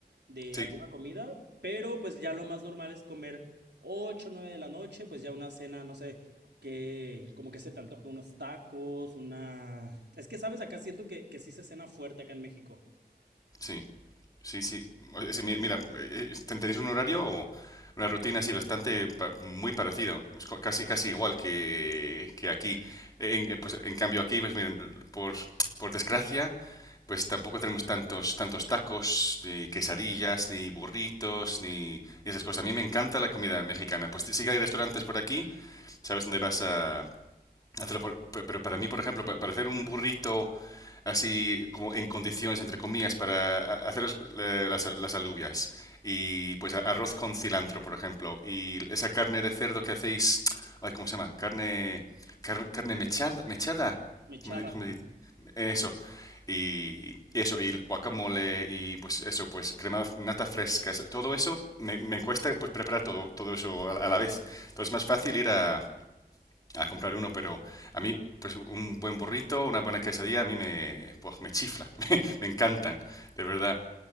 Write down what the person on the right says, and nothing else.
de
alguna comida, pero pues ya lo más normal es comer 8 9 de la noche, pues ya una cena, no sé, que como que se te antoje unos tacos, una... Es que, ¿sabes? Acá siento que, que sí se cena fuerte acá en México.
Mechada.